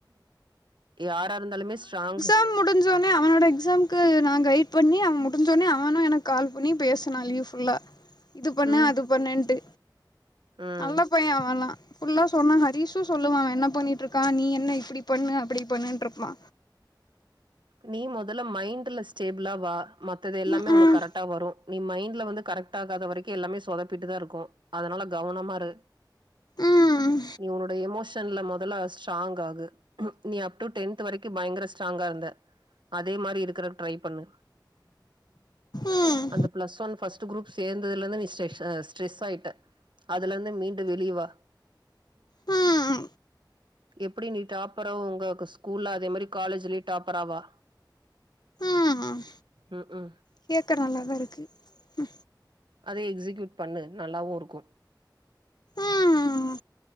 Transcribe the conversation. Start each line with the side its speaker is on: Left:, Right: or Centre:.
Right: யாரா இருந்தாலுமே ஸ்ட்ராங்கு
Left: உ முடிஞ்சோனே அவனோட எக்ஸம்க்கு நா கைட் பண்ணி அவ் முட் டுன்ஜோனே அவனு எனக் கால் பண்ணி பேசுனா லீவ் ஃபுல்லா இது பண்ணு
Right: ம்
Left: அது பண்ணுன்ட்டு
Right: ம்
Left: நல்ல பையெ அவலா ஃபுல்லா சொன்னா ஹரீஷு சொல்லுவா அவ என்ன பண்ணிட்ருக்கா நீ என்ன இப்புடி பண்ணு அப்புடி பண்ணுன்ட்ருப்பா
Right: நீ மொதல்ல மைண்ட்ல ஸ்டேபுளா வா மத்தது எல்லாமே
Left: ம்
Right: உன
Left: ம்
Right: கரட்டா வரு நீ மைண்ல வந்து கரக்ட் ஆகாத வரைக்கி எல்லாமே சொதப்பிட்டு தா இருக்கு அதனால கவனமாரு
Left: ம்
Right: நீ உன்னோட எமோஷன்ல மொதல்ல ஸ்ட்ராங் ஆகு ஹு நீ அப்ட்டு டென்த் வரைக்கி பயங்கர ஸ்ட்ராங்காருந்த அதே மாரி இருக்கறக் ட்ரை பண்ணு
Left: ம்
Right: அந்த ப்ளஸ் வன் ஃபஸ்ட்டு க்ரூப் சேந்துலந்து நீ ஸெஷ்ஷாஸ் ஸ்ட்ரெஸ் ஆய்ட்ட அதலுந்து மீண்டு வெளியவா
Left: ம் ம்
Right: எப்படி நீ டாப்பறோ உங்கக்கு ஸ்கூல்ல அதே மாரி காலேஜ்லி டாப் ப்பறாவா
Left: ம்
Right: உஉ
Left: கேக்க நல்லாதாருக்கு ஹு
Right: அதே எக்ஸிக்யூட் பண்ணு நல்லாவு ருக்கு
Left: ம்